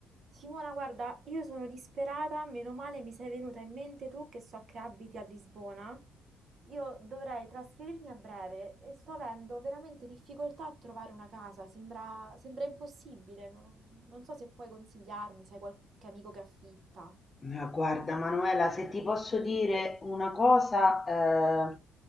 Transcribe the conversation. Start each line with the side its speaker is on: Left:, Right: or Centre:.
Right: Simona, guarda, io sono disperata, meno male mi sei venuta in mente tu che so che abiti a Lisbona. Io dovrei trasferirmi a breve e sto avendo veramente difficoltà a trovare una casa, sembra, sembra impossibile, no- non so se puoi consigliarmi, sai qualche amico che affitta.
Left: Ma guarda Manuela, se ti posso dire una cosa, eh,